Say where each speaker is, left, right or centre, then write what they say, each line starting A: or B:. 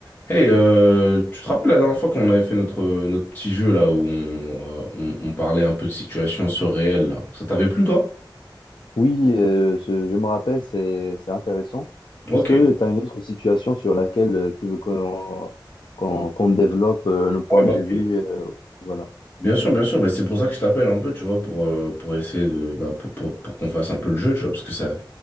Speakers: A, on the left; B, on the left.
A: Hey, euh, tu te rappelles la dernière fois qu'on avait fait notre, notre petit jeu là où on, euh, on- on parlait un peu de situation surréelle là. Ça t'avait plu toi?
B: Oui, euh, je, je me rappelle, c'est, c'est intéressant.
A: Ok.
B: Est-ce que tu as une autre situation sur laquelle euh, tu veux qu'on qu'on qu'on développe euh, nos points
A: Ouais, bah
B: de vue
A: oui.
B: euh, voilà.
A: bien sûr, bien sûr. Bah, c'est pour ça que je t'appelle un peu, tu vois, pour, euh, pour essayer de bah, pour, pour, pour qu'on fasse un peu le jeu, tu vois, parce que ça,